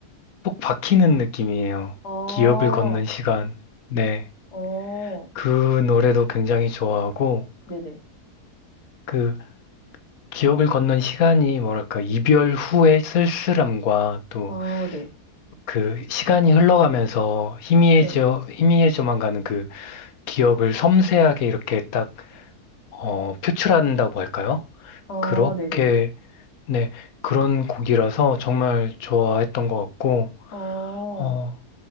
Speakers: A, on the left; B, on the left.
A: 쏙 박히는 느낌이에요.
B: 아,
A: 기억을 걷는 시간. 네,
B: 어,
A: 그 노래도 굉장히 좋아하고
B: 네네.
A: 그 기억을 걷는 시간이 뭐랄까 이별 후의 쓸쓸함과 또
B: 어, 네.
A: 그 시간이 흘러가면서 희미해져
B: 네.
A: 희미해져만 가는 그 기억을 섬세하게 이렇게 딱 어, 표출한다고 할까요?
B: 어,
A: 그렇게,
B: 네네.
A: 네, 그런 곡이라서 정말 좋아했던 것 같고,
B: 어,
A: 어,